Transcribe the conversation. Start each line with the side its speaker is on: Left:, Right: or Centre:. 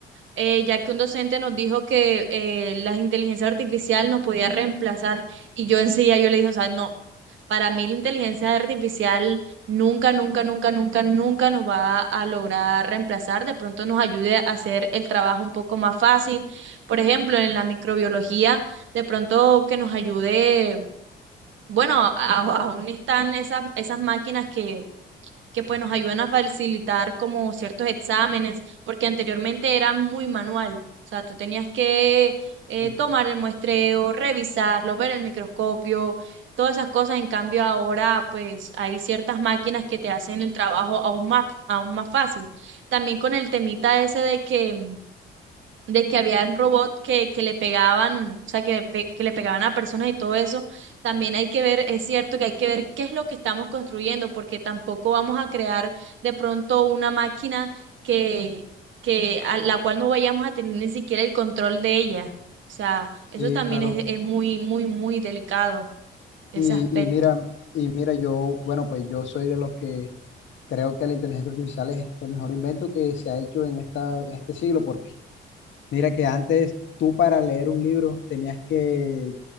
Right: eh, ya que un docente nos dijo que eh, la inteligencia artificial nos podía reemplazar y yo enseguida yo le dije, o sea, no. Para mí la inteligencia artificial nunca, nunca, nunca, nunca, nunca nos va a lograr reemplazar. De pronto nos ayude a hacer el trabajo un poco más fácil. Por ejemplo, en la microbiología, de pronto que nos ayude, bueno, a- a- aún están esas, esas máquinas que que pues nos ayudan a facilitar como ciertos exámenes, porque anteriormente era muy manual. O sea, tú tenías que eh,
Left: Sí,
Right: tomar el muestreo, revisarlo, ver el microscopio, todas esas cosas. En cambio, ahora pues hay ciertas máquinas que te hacen el trabajo aún más, aún más fácil. También con el temita ese de que de que habían robots que, que le pegaban, o sea, que, pe- que le pegaban a personas y todo eso, también hay que ver, es cierto que hay que ver qué es lo que estamos construyendo, porque tampoco vamos a crear de pronto una máquina que, que a la cual no vayamos a tener ni siquiera el control de ella. O sea, eso
Left: sí,
Right: también
Left: claro.
Right: es, es muy, muy, muy delicado, ese
Left: Y,
Right: aspecto.
Left: y mira, y mira, yo, bueno, pues yo soy de los que Creo que la inteligencia artificial es el mejor invento que se ha hecho en esta, en este siglo, porque mira que antes tú para leer un libro tenías que,